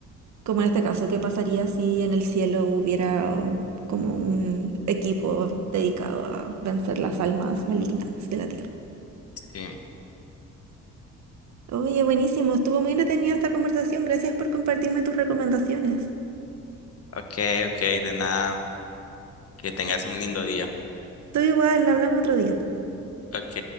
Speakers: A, on the right; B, on the left.
A: como en este caso, qué pasaría si en el cielo hubiera como un equipo dedicado a vencer las almas malignas de la tierra.
B: Sí.
A: Oye, buenísimo, estuvo muy entretenida esta conversación. Gracias por compartirme tus recomendaciones.
B: Ok, ok, de nada, que tengas un lindo día.
A: Tú igual, la hablamos otro día.
B: Ok.